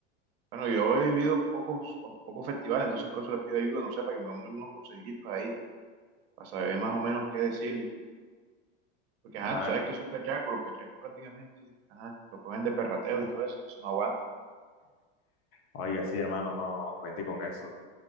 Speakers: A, on the right; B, on the left.
A: Bueno, yo he vivido pocos, o- pocos festivales, entonces por eso les pido ayuda, no sé, para que me den algunos consejitos ahí, para saber más o menos qué decirle. Porque, ajá,
B: Ay,
A: tú sabes que son cachacos, los cachacos prácticamente, ajá, lo cogen de perrateo y todo eso, entonces no aguantan.
B: oiga, sí, hermano, no, no, no, cuente con eso.